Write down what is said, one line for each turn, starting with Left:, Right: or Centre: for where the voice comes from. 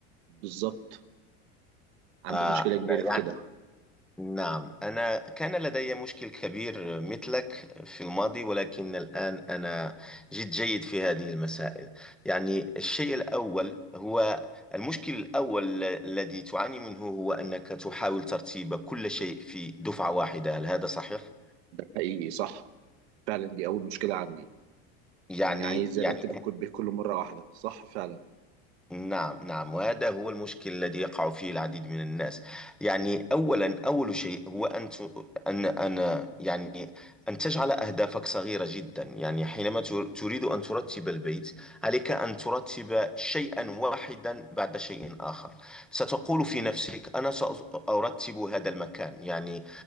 Right: بالظبط عندي
Centre: آه،
Right: مشكلة كبيرة
Centre: أنا
Right: في
Centre: يعني
Right: كده
Centre: نعم أنا كان لدي مشكل كبير مثلك في الماضي ولكن الآن أنا جد جيد في هذه المسائل يعني الشيء الأول هو المشكل الأول ال- الذي تعاني منه هو أنك تحاول ترتيب كل شيء في دفعة واحدة هل هذا صحيح؟
Right: ده حقيقي صح فعلا دي اول مشكلة عندي
Centre: يعني
Right: اني عايز
Centre: يعني
Right: ارتب الكود بكل مرة واحدة صح فعلا
Centre: نعم نعم وهذا هو المشكل الذي يقع فيه العديد من الناس يعني أولا أول شيء هو أن ت- أن أن يعني أن تجعل أهدافك صغيرة جدا يعني حينما تر- تريد أن ترتب البيت عليك أن ترتب شيئا واحدا بعد شيء آخر ستقول في نفسك أنا سأرتب هذا المكان يعني